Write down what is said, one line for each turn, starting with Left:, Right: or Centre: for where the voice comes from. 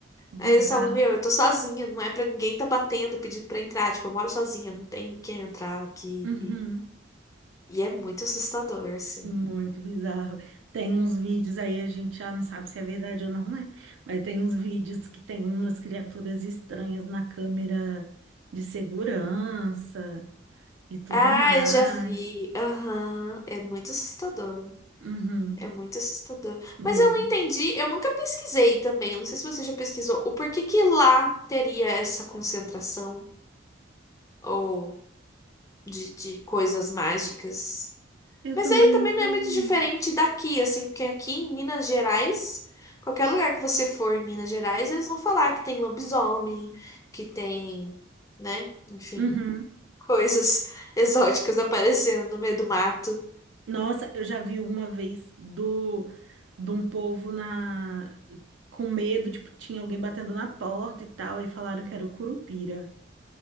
Right: Bizarro.
Left: Aí eles falam, meu, eu tô sozinha, não é pra ninguém tá batendo pedindo pra entrar, tipo, eu moro sozinha, não tem quem entrar aqui.
Right: Uhum.
Left: E, e é muito assustador, assim.
Right: Muito bizarro. Tem uns vídeos aí, a gente já não sabe se é verdade ou não, né? Mas tem uns vídeos que tem umas criaturas estranhas na câmera de segurança e tudo
Left: Ah,
Right: mais.
Left: eu já vi. Aham. É muito assustador.
Right: Uhum.
Left: É muito assustador.
Right: Medo.
Left: Mas eu não entendi, eu nunca pesquisei também. Eu não sei se você já pesquisou o porquê que lá teria essa concentração ou de, de coisas mágicas.
Right: Eu
Left: Mas
Right: também
Left: aí também
Right: nunca
Left: não é muito
Right: vi.
Left: diferente daqui, assim, porque aqui em Minas Gerais, qualquer lugar que você for em Minas Gerais, eles vão falar que tem lobisomem, que tem, né, enfim,
Right: Uhum.
Left: coisas <laughs> exóticas aparecendo no meio do mato.
Right: Nossa, eu já vi uma vez do de um povo na com medo, tipo, tinha alguém batendo na porta e tal, aí falaram que era o Curupira.